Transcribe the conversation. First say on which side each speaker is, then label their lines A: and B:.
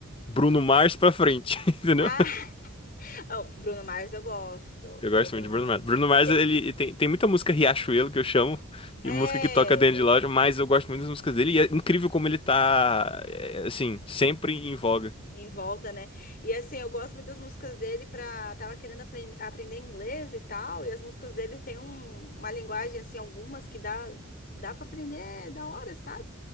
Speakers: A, on the left; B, on the left.
A: Bruno Mars pra frente, <laughs> entendeu?
B: Ah, <laughs> oh, Bruno Mars eu gosto,
A: Eu gosto
B: eu gosto.
A: muito de Bruno Mars. Bruno Mars,
B: E que
A: ele tem, tem muita música Riachuelo que eu chamo,
B: é
A: e música que toca dentro de loja, mas eu gosto muito das músicas dele e é incrível como ele tá, é, assim, sempre em voga.
B: em volta, né? E assim, eu gosto muito das músicas dele pra. tava querendo apren- aprender inglês e tal, e as músicas dele tem um- uma linguagem assim, algumas que dá dá para aprender da hora, sabe?